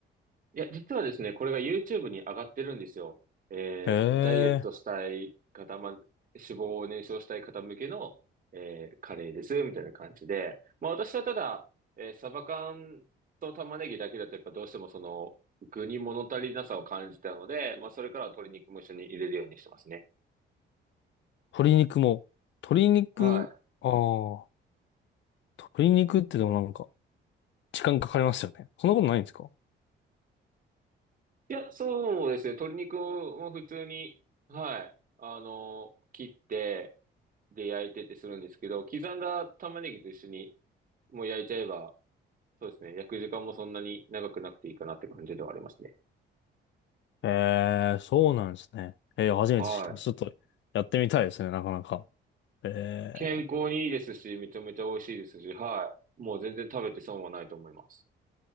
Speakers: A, on the right; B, on the left.
A: いや、実はですね、これが YouTube に上がってるんですよ。えーダイエットしたい方、
B: え
A: まあ、脂肪を燃焼したい方向けの、えーカレーです、みたいな感じで。まあ、私はただ、えーサバ缶と玉ねぎだけだと、やっぱどうしてもその、具に物足りなさを感じたので、まあ、それからは鶏肉も一緒に入れるようにしてますね。
B: 鶏肉も、鶏肉、
A: はい。
B: ああ、鶏肉ってでもなんか、時間かかりますよね。そんなことないんですか
A: いや、そうですね。鶏肉も普通に、はい。あの、切って、で、焼いてってするんですけど、刻んだ玉ねぎと一緒に、もう焼いちゃえば、そうですね。焼く時間もそんなに長くなくていいかなって感じではありますね。
B: えー、そうなんですね。えー、初めて知った。
A: はい。
B: ちょっと、やってみたいですね、なかなか。え
A: 健康にいいですし、めちゃめちゃ美味しいですし、はい。もう全然食べて損はないと思います。